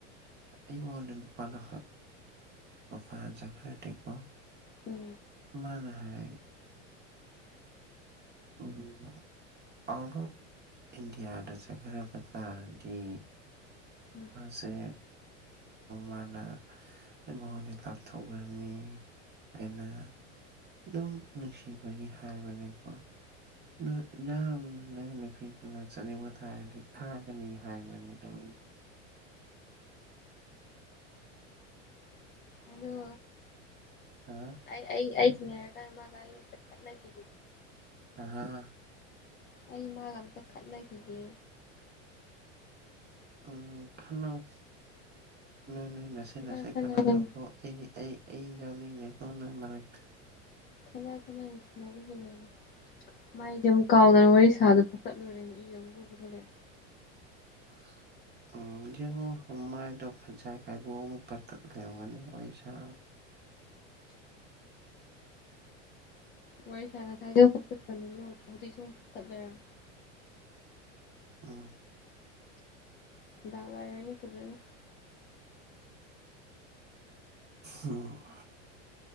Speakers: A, on the right; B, on the left.
A: ꯑꯩ ꯃ ꯄꯗ ꯃ ꯄꯥꯖ ꯀꯀ
B: ꯎꯝ
A: ꯃꯥꯅ ꯍꯥꯏ ꯍ ꯑꯥꯎꯠ ꯑꯣꯐ ꯏꯟꯗꯤꯌꯥꯗ ꯆꯠꯈꯕ ꯇꯥꯔꯗꯤ
B: ꯎꯝ
A: ꯑꯁꯦ ꯃꯥꯅ ꯃꯉꯣꯟꯗꯤ ꯂꯥꯞꯊꯣꯛꯅꯅꯤ ꯍꯥꯏꯅ ꯑꯗꯨꯝ ꯅꯨꯡꯁꯤꯕꯒꯤ ꯍꯥꯏꯕꯅꯤꯀꯣ ꯑꯗꯨ ꯌꯥꯝꯅ ꯅꯨꯄꯤꯗꯨꯅ ꯆꯥꯅꯤꯡꯕ ꯊꯥꯔꯗꯤ ꯊꯥꯒꯅꯤ ꯍꯥꯏꯕꯅꯤ ꯑꯗꯨꯃꯤ
B: ꯑꯗ
A: ꯍꯥ
B: ꯑꯩ ꯑꯩ ꯑꯩ ꯊꯦꯡꯅꯔꯀꯥꯟ ꯃꯥꯒ ꯑꯩꯇ ꯆꯠꯅꯈꯤ
A: ꯍ ꯍ
B: ꯑꯩ ꯃꯥꯒ ꯑꯝꯇ ꯈꯠꯅꯈꯤꯒꯦ
A: ꯎ ꯈꯥꯟꯅꯕ ꯅꯣꯏ ꯅꯣꯏ ꯅꯁꯦ
B: ꯈꯠꯅꯔ
A: ꯅꯁꯦ
B: ꯈꯠꯅꯔꯒ
A: ꯈꯅꯥꯖꯧꯈ꯭ꯂꯣ ꯑꯩ ꯑꯩ ꯑꯩ ꯌꯥꯎꯅꯤꯡꯅꯦꯦ ꯀꯣꯟꯅ ꯃꯔꯛꯇ
B: ꯀꯩꯅ ꯀꯩꯅꯁꯅꯕꯤꯅ ꯃꯥꯏꯁꯝ ꯀꯥꯎꯗꯅ ꯋꯥꯔꯤ ꯁꯥꯗꯨ ꯐꯥꯀꯠꯂꯨꯔꯦꯅꯦ ꯏ ꯑꯃꯨꯛ ꯂꯨꯕ ꯊꯣꯛꯂꯛꯑꯦ
A: <inaudible> ꯎꯝ ꯌꯦꯡꯉꯣ ꯍꯨꯃꯥꯏꯗꯧ ꯐꯖꯥꯏ ꯈꯥꯏꯕꯣꯛ ꯑꯃ ꯄꯇꯠ ꯂꯩꯔꯝꯒꯅꯤ ꯋꯥꯔꯤ ꯁꯥ
B: ꯋꯥꯔꯤ ꯁ ꯉ ꯁꯥꯏꯅꯤꯁꯨ ꯍꯧꯖꯤꯛ ꯁ ꯇꯠ ꯂꯩꯔꯝꯃꯦ
A: ꯎꯝ ꯑ
B: ꯗꯥꯒꯥꯏꯅꯤ ꯐꯖꯅ
A: ꯎꯝ